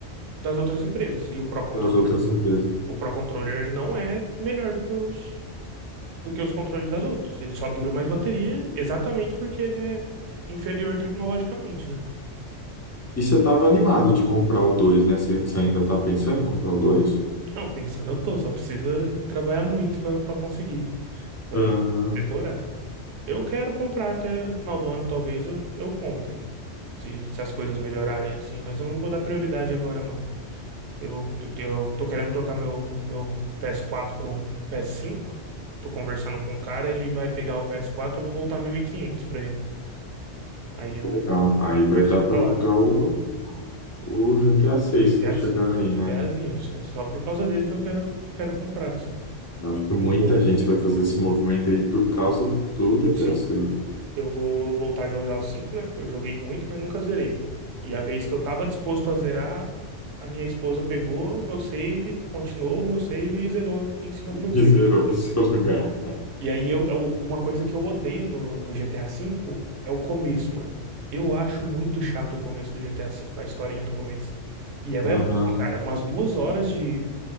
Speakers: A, on the right (about 65°); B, on the left (about 20°).
A: das outras empresas. E o Pro Controller,
B: das outras empresas.
A: o Pro Controller ele não é melhor do que os, do que os controles das outras. Ele só dura mais bateria exatamente porque ele é inferior tecnologicamente, né?
B: E você estava animado de comprar o dois né? Você, você ainda está pensando em comprar o dois
A: Não, pensando, eu tô, só precisa trabalhar muito pra pra conseguir. Vai
B: Aham,
A: de- demorar. Eu quero comprar até o final do ano, talvez eu, eu compre. Se, se as coisas melhorarem assim, mas eu não vou dar prioridade agora, não. Eu, eu tô querendo trocar meu, meu PS4 para um PS5. Tô conversando com um cara, ele vai pegar o PS4, eu vou voltar 1.500 pra ele. Aí é
B: que
A: um
B: legal. Aí vai
A: valorzinho
B: dar para
A: da hora.
B: jogar o, o GTA seis
A: GTA,
B: que tá chegando
A: sim.
B: aí,
A: GTAzinho.
B: né?
A: É só por causa dele que eu quero, quero comprar, assim.
B: Eu acho que muita
A: Ou-
B: gente vai fazer esse movimento aí por causa do GTA
A: Sim,
B: seis
A: eu vou voltar a jogar o cinco né? Eu joguei muito, mas nunca zerei. E a vez que eu tava disposto a zerar, a minha esposa pegou o meu save, continuou o meu save e zerou em cima
B: <laughs>
A: do meu save.
B: E zerou no seu lugar.
A: E aí, eu, eu- uma coisa que eu odeio no, no GTA V é o começo, mano. Eu acho muito chato o começo do GTA V, a historinha do começo. E é, é
B: Aham,
A: longa, cara, é umas duas horas de,